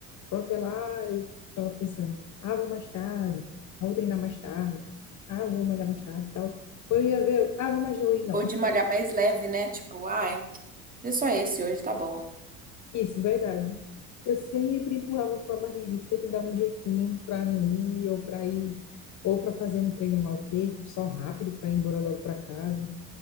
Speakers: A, on the left; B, on the right.
A: Protelar e ficava pensando, ah, vou mais tarde, ah, vou treinar mais tarde, ah, vou malhar mais tarde e tal. Quando eu ia ver, ah, vou mais hoje não.
B: Ou de malhar mais leve, né? Tipo, ai, é só esse hoje, tá bom.
A: <laughs> Isso, verdade. Eu sempre empurrava com a barriga, e sempre dava um jeitinho para não ir ou para ir ou para fazer um treino mal feito, só rápido para ir embora logo para casa.